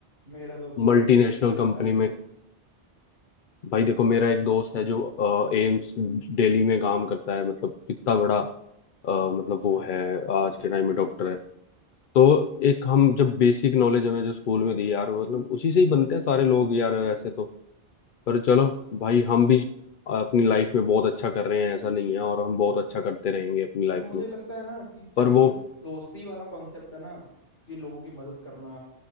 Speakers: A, on the left (about 85°); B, on the left (about 55°).
A: मेरा तो अभी कोई
B: मल्टीनेशनल
A: दोस्त ऐसा निकला
B: कंपनी
A: नहीं
B: में
A: है
B: भाई देखो मेरा एक दोस्त है जो एम्स दिल्ली में काम करता है मतलब कितना बड़ा अ, मतलब
A: अच्छा
B: वो है आज के टाइम में डॉक्टर है तो एक हम जब बेसिक नॉलेज हमें जो स्कूल में दी यार वो मतलब उसी से ही बनते हैं सारे लोग यार वैसे तो पर चलो भाई हम भी अपनी लाइफ में बहुत अच्छा कर रहे हैं ऐसा नहीं है और हम बहुत अच्छा करते रहेंगे अपनी लाइफ
A: पर मुझे
B: में
A: लगता है ना कि ज-
B: पर
A: ये
B: वो
A: जो दोस्ती वाला कॉन्सेप्ट है ना कि लोगों की मदद करना